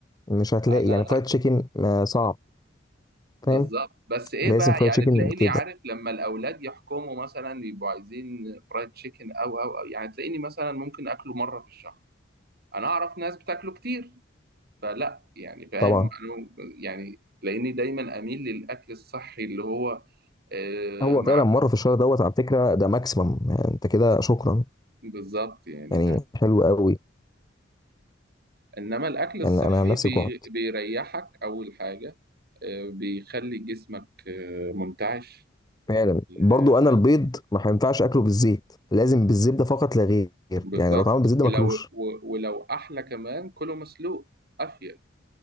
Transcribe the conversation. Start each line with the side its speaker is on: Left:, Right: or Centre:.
Left: مش هتلاقي
Right: انا
Left: يعني فرايد تشيكن آه، صعب
Right: بالظبط
Left: فاهم
Right: بس ايه
Left: لازم
Right: بقى
Left: فرايد
Right: يعني
Left: تشيكن
Right: تلاقيني
Left: كده
Right: عارف لما الاولاد يحكموا مثلا يبقوا عايزين فرايد تشيكن او او او يعني تلاقيني مثلا ممكن اكله مره في الشهر انا اعرف ناس بتاكله كتير فلا يعني فاهم
Left: طبعا
Right: أنا يعني تلاقيني دايما اميل للاكل الصحي اللي هو آه
Left: هو
Right: مع
Left: فعلا مره في الشهر دوت على فكره ده ماكسيمم يعني انت كده شكرا
Right: بالظبط يعني
Left: يعني
Right: فاهم
Left: حلو قوي
Right: انما الاكل الصحي
Left: يعني انا عن نفسي
Right: بي
Left: جوعت
Right: بيريحك اول حاجه آه بيخلي جسمك آه منتعش
Left: فعلا برضو
Right: آه،
Left: انا البيض ما هينفعش اكله بالزيت لازم بالزبده فقط لا غير
Right: بالظبط
Left: يعني لو اتعمل بالزبده
Right: ولو
Left: ماكلوش
Right: و- ولو احلى كمان كله مسلوق افيد